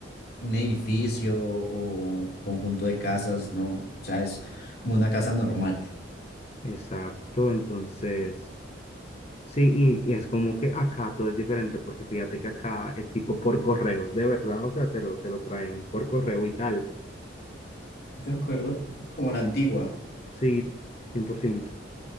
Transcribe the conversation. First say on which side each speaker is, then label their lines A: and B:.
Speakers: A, on the left; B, on the left.
A: un edificio o conjunto de casas, ¿no? O sea, es como una casa normal,
B: Exacto, entonces, sí, y, y es como que acá todo es diferente porque fíjate que acá es tipo por correos, de verdad, o sea, te lo, te lo traen por correo y tal.
A: ¿de acuerdo? Como la antigua.
B: Sí, 100%.